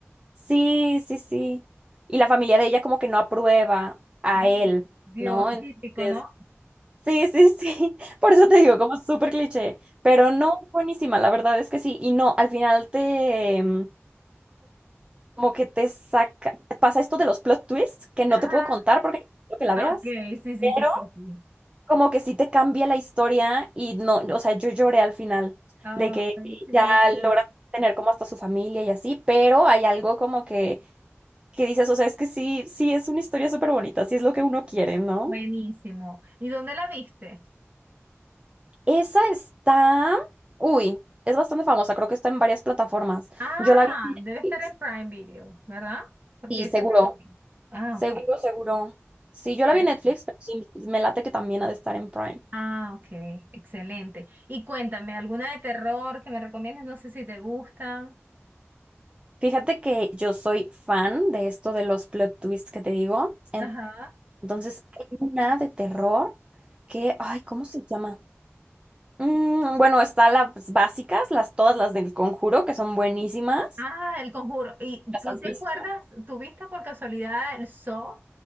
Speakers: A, on the right; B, on the right.
A: Sí, sí, sí. Y la familia de ella como que no aprueba a
B: Ah,
A: él,
B: Dios,
A: ¿no? Entonces,
B: típico, ¿no?
A: sí, sí, sí. <laughs> Por eso te digo, como súper cliché, pero no, buenísima, la verdad es que sí. Y no, al final te como que te saca, pasa esto de los plot twists que no
B: Ajá.
A: te puedo contar porque no quiero que la
B: Ah,
A: veas,
B: Ok, sí, sí,
A: pero
B: sí, sí, sí.
A: como que sí te cambia la historia y no, o sea, yo lloré al final
B: Ay,
A: de que
B: qué
A: ya
B: maravilloso.
A: logran tener como hasta su familia y así, pero hay algo como que que dices, o sea, es que sí, sí es una historia súper bonita, sí es lo que uno quiere, ¿no?
B: Buenísimo. ¿Y dónde la viste?
A: Esa está, uy, es bastante famosa, creo que está en varias plataformas.
B: Ah,
A: Yo la vi en
B: debe estar
A: Netflix
B: en Prime Video, ¿verdad? Porque
A: y
B: esa
A: seguro.
B: es la que- Ah,
A: Seguro,
B: ok.
A: seguro. Sí, yo la
B: Perfecto.
A: vi en Netflix, pero sí, me late que también ha de estar en Prime.
B: Ah, ok, excelente. Y cuéntame, ¿alguna de terror que me recomiendes? No sé si te gusta.
A: Fíjate que yo soy fan de esto de los plot twists que te digo. En-
B: Ajá.
A: Entonces, hay una de terror que, ay, ¿cómo se llama? Mm, bueno, están las básicas, las todas las del Conjuro, que son buenísimas.
B: Ah, El Conjuro. ¿Y
A: ¿Las
B: tú
A: has
B: te
A: visto?
B: acuerdas, tuviste por casualidad el Saw,